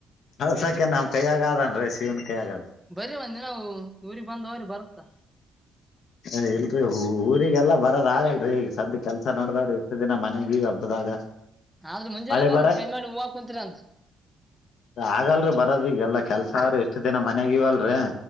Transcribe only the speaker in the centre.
ಬರೀ ಬಂದಿ ನಾವು ಊಗ್ ಬಂದ ಅವ್ರ ಬರ್ತ್ತ
ಆದ್ರ ಮುಂಜೆನ
ಬ
ಚೆಡಿ ಹವಕ್ ಕುಂತೀರ ಅಂತ